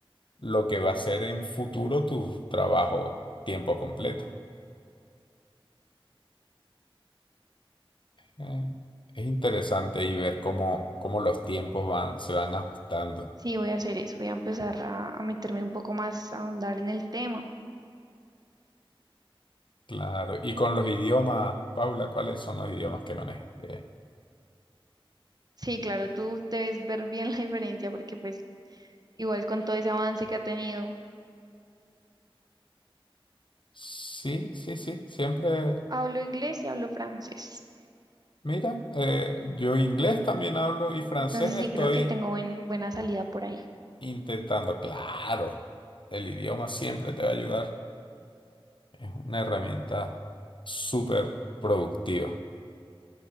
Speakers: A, on the left (about 60°); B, on the right (about 45°).
A: lo que va a ser en futuro tu trabajo tiempo completo. Eh, es interesante y ver cómo, cómo los tiempos van, se van ajustando.
B: Sí, voy a hacer eso, voy a empezar a, a meterme un poco más, a ahondar en el tema.
A: Claro. Y con los idiomas, Paula, ¿cuáles son los idiomas que manejas? Eh,
B: Sí, claro, tú debes ver bien la diferencia porque pues igual con todo ese avance que ha tenido,
A: Sí, sí, sí, siempre.
B: hablo inglés y hablo francés.
A: Mira, eh, yo inglés también hablo y francés
B: Entonces
A: estoy
B: sí creo que tengo buen- buena salida por ahí.
A: intentando. Claro, el idioma siempre te va a ayudar. Es una herramienta súper productiva.